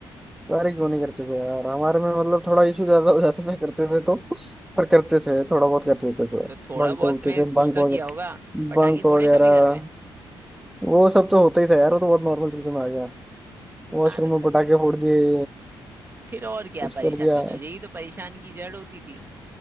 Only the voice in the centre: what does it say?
बारी क्यों नहीं करते थे यार हमारे में मतलब थोड़ा इशू ज्यादा हो जाता था करते थे तो पर करते थे थोड़ा बहुत कर लेते थे
तो।
भागते
उठते
थे
बंक
वगैरह
बंक
वगैरह
वो सब तो होता ही था यार वो तो बहुत नॉर्मल चीजों में आ गया वॉशरूम
में पटाखे फोड़ दिए
कुछ
कर दिया